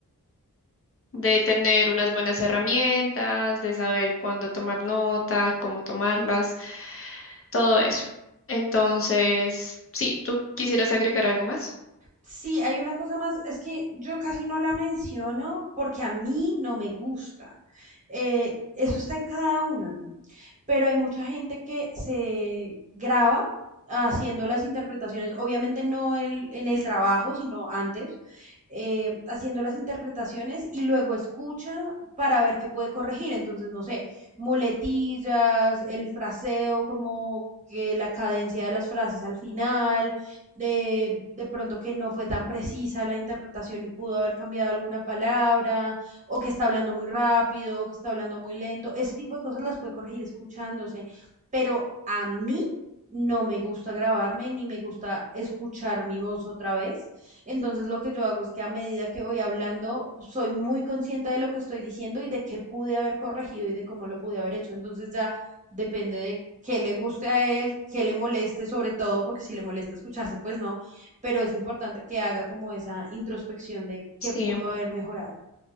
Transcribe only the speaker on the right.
Sí, hay una cosa más, es que yo casi no la menciono porque a mí no me gusta. Eh, eso está en cada uno, ¿no? Pero hay mucha gente que se graba haciendo las interpretaciones, obviamente no el- en el trabajo, sino antes, eh, haciendo las interpretaciones y luego escucha para ver qué puede corregir. Entonces, no sé, muletillas, el fraseo, como que la cadencia de las frases al final de, de pronto que no fue tan precisa la interpretación y pudo haber cambiado alguna palabra, o que está hablando muy rápido, o que está hablando muy lento. Ese tipo de cosas las puede corregir escuchándose, pero a mí no me gusta grabarme ni me gusta escuchar mi voz otra vez. Entonces lo que yo hago es que a medida que voy hablando, soy muy consciente de lo que estoy diciendo y de qué pude haber corregido y de cómo lo pude haber hecho. Entonces ya depende de qué le guste a él, qué le moleste sobre todo, porque si le molesta escucharse, pues no, pero es importante que haga como esa introspección de
qué pudo haber mejorado.